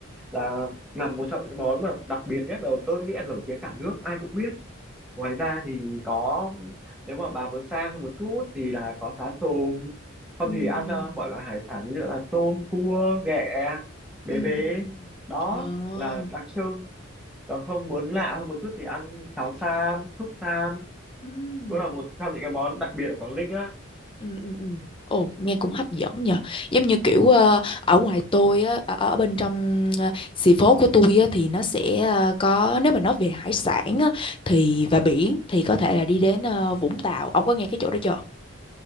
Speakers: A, in the centre; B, on the left.
A: là là một trong những món mà đặc biệt nhất là tôi nghĩ là nổi tiếng cả nước ai cũng biết ngoài ra thì có nếu mà bà muốn sang hơn một chút thì là có cá sùng không
B: ừm,
A: thì ăn ờ, mọi loại hải sản như là tôm cua ghẹ bế
B: ừ
A: bế
B: ừ
A: đó
B: ừ. Ồ.
A: là đặc trưng còn không muốn lạ hơn một chút thì ăn cháo sam súp sam
B: ừm.
A: cũng là một trong những cái món đặc biệt ở Quảng Ninh á
B: Ừ, ừ, ừ. Ồ, nghe cũng hấp dẫn nhờ. Giống như kiểu ờ, ở ngoài tôi á, ở, ở bên trong ờ, xì phố của tôi á, thì nó sẽ ờ, có nếu mà nói về hải sản á, thì và biển thì có thể là đi đến ờ, Vũng Tàu. Ông có nghe cái chỗ đó chưa?